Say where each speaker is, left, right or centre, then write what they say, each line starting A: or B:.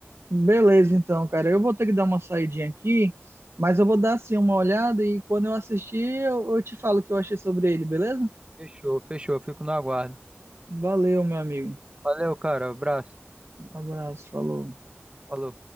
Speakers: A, on the right; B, on the right.
A: Beleza, então, cara. Eu vou ter que dar uma saidinha aqui, mas eu vou dar assim uma olhada e quando eu assistir, eu, eu te falo o que eu achei sobre ele, beleza?
B: Fechou, fechou. Fico no aguardo.
A: Valeu, meu amigo.
B: Valeu, cara. Abraço.
A: Um abraço, falou.
B: Falou.